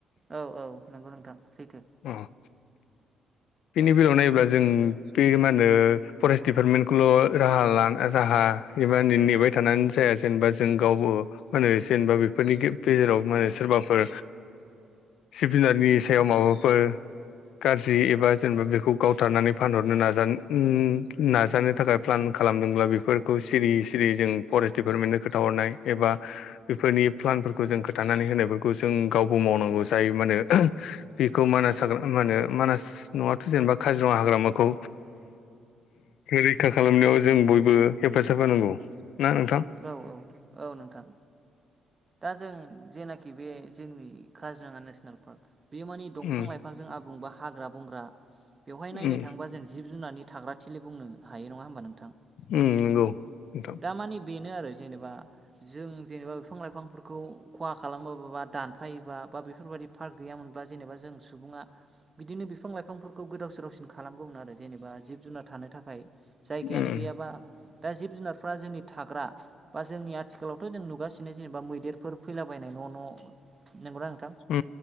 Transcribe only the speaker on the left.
अ बेनि बेलायाव नायोब्ला जों बे मा होनो फरेस्ट दिडपार्टमेन्टखौल' राहा ला राहा <unintelligible> नेबाय थानानै जाया जेनेबा जों गावबो मा होनो जेनेबा बेफोरनि गेजेराव माने सोरबाफोर जिब जुनारनि सायाव माबाफोर गाज्रि एबा जेनेबा बेखौ गावथारनानै फानहरनो न नाजानो थाखाय प्लान खालामदोंब्ला बेफोरखौ सिरि सिरि जों फरेस्ट दिडपार्टमेन्टनो खोथा हरनाय एबा बेफोरनि प्लानफोरखौ जों खोनथानानै होनाय बेफोरखौ जों गावबो मावनांगौ जायो मा होनो बेखौ मान मा होनो मानास। न'आथ' जेनेबा काजिरङा हाग्रामाखौ रैखा खालामनायाव जों बयबो हेफाजाब होनांगौ ना नोंथां।
उम
उम
उम नंगौ नोंथां
उम
उ